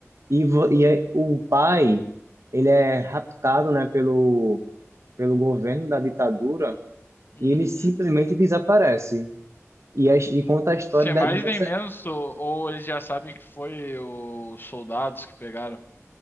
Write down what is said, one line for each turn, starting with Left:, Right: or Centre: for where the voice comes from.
Right: E, vo- e é- o pai, ele é raptado, né, pelo pelo governo da ditadura
Left: Uhum.
Right: e ele simplesmente desaparece. E, a- e conta a história
Left: Sem
Right: de-
Left: mais
Right: dessa.
Left: nem menos, ou, ou eles já sabem que foi os soldados que pegaram.